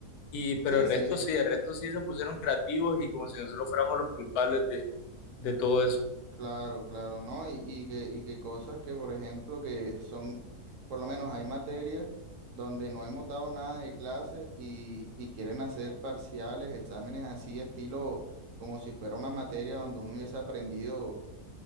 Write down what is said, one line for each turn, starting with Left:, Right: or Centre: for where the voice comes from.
Left: Y, pero
Right: Sí,
Left: el
Right: sí.
Left: resto sí, el resto sí se pusieron creativos y como si nosotros fuéramos los culpables de, de todo eso.
Right: Claro, claro, ¿no? Y, y que, y que cosas que, por ejemplo, que son, por lo menos hay materias donde no hemos dado nada de clase y, y quieren hacer parciales, exámenes así, estilo como si fuera una materia donde uno hubiese aprendido,